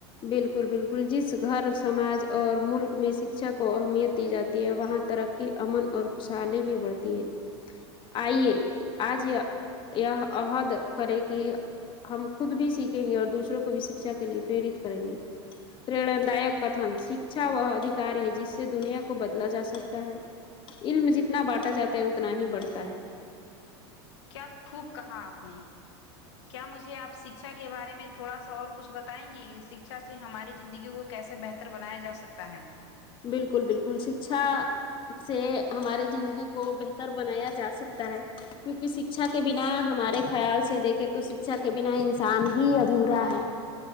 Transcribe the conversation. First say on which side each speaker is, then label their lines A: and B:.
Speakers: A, on the left (about 35°); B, on the left (about 85°).
A: بالکل بالکل جس گھر سماج اور ملک میں شکچھا کو اہمیت دی جاتی ہے وہاں ترق کی امن اور خوشحالی بھی بڑھتی ہے آئیے آج یہ یہ عہد کرے کہ ہم خود بھی سیکھیں گے اور دوسروں کو بھی شکچھا کے لیے پریرت کریں گے پرنا دائک کتن س شکچھا وہ ادھیکار ہے جس سے دنیا کو بدلا جا سکتا ہے علم جتنا بانٹا جاتا ہے اتنا ہی بڑھتا ہے
B: کیا خوب کہا آپ نے کیا مجھے آپ شکچھا کے بارے میں تھوڑا سا اور کچھ بتائیں گے اس شکچھا سے ہماری زندگی کو کیسے بہتر بنایا جا سکتا ہے
A: بالکل بالکل شکچھا سے ہمارے زندگی کو بہتر بنایا جا سکتا ہے کیونکہ شکچھا کے بنا ہمارے خیال سے دیکھے تو شکچھا کے بنا انسان ہی ادھورا ہے